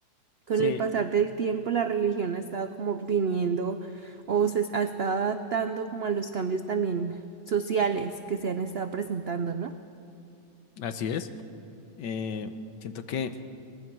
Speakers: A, on the right (about 70°); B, on the left (about 75°).
A: Con
B: Sí,
A: el pasar del tiempo, la religión ha estado como viniendo o se ha estado adaptando como a los cambios también sociales que se han estado presentando, ¿no?
B: así es. Eh, siento que...